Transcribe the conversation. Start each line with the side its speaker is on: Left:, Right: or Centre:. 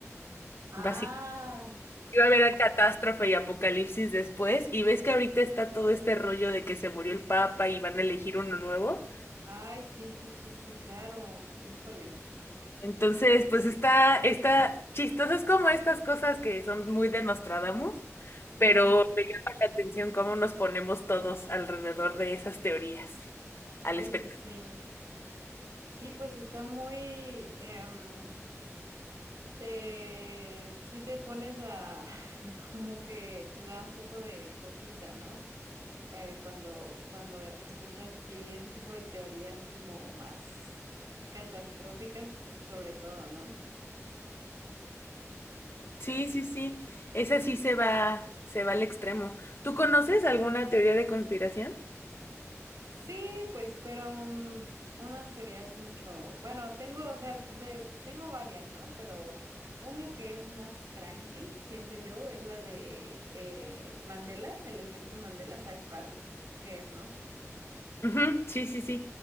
Right: Ah,
Left: Básicamente iba a haber a catástrofe y apocalipsis después, y ves que ahorita está todo este rollo de que se murió el Papa y van a elegir uno nuevo.
Right: Ay, sí, sí, sí, sí, claro. Híjole.
Left: Entonces,
Right: Uy.
Left: pues está, está chistoso, es como estas cosas que son muy de Nostradamus, pero
Right: Ujú.
Left: me llama la atención cómo nos ponemos todos alrededor de esas teorías, al
Right: Oye,
Left: espectáculo.
Right: sí. Sí, pues está muy... em, te... Sí te pones a... <laughs> como que te da un poco de cosita, ¿no? Eh, cuando, cuando escuchas así ese tipo de teorías como más catastróficas, sobre todo, ¿no?
Left: Sí, sí, sí, esa sí se va, se va al extremo. ¿Tú conoces alguna teoría de conspiración?
Right: Sí, pues, pero mm, unas teorías mucho, bueno, tengo, o sea, de, tengo varias, ¿no? Pero una que es más tranqui, siento yo, es la de eh, Mandela, el efecto Mandela, ¿sabes cuál qué es, no?
Left: Ujú, Sí, sí, sí.